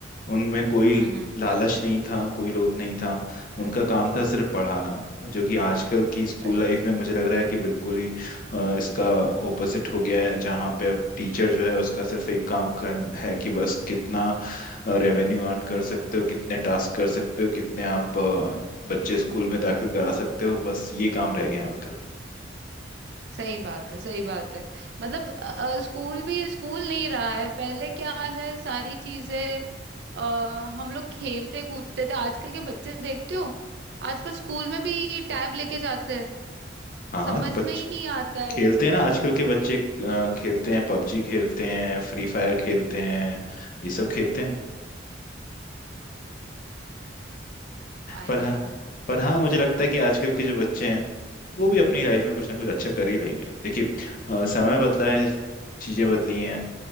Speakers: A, on the left; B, on the right.
A: उनमें कोई
B: हम्म हम्म
A: लालच नहीं था कोई लोभ नहीं था
B: हम्म,
A: उनका काम था सिर्फ पढ़ाना जो कि आजकल की स्कूल
B: सही
A: लाइफ में मुझे लग रहा है कि बिल्कुल ही अ, इसका ओपोजिट हो गया है जहाँ पे अब टीचर जो है उसका सिर्फ एक काम कर है कि बस कितना रेवेन्यू अर्न कर सकते हो कितने टास्क कर सकते हो कितने आप अ, बच्चे स्कूल में दाखिल करा सकते हो बस ये काम रह गया है उनका
B: सही बात है सही बात है मतलब अ, स्कूल भी स्कूल नहीं रहा है पहले क्या है सारी चीजें अ, हम लोग खेलते कूदते थे आजकल के बच्चे देखते हो आजकल स्कूल में भी टैब लेके जाते हैं
A: हाँ
B: समझ
A: हाँ तो बच्चे
B: में ही नहीं आता है
A: खेलते हैं ना आजकल के बच्चे अ, खेलते हैं पबजी खेलते हैं फ्री फायर खेलते हैं ये सब खेलते हैं
B: I
A: पर हाँ
B: no
A: पर हाँ मुझे लगता है कि आजकल के जो बच्चे हैं वो भी अपनी लाइफ में कुछ ना कुछ अच्छा कर ही लेंगे देखिए अ, समय बदला है चीजें बदली हैं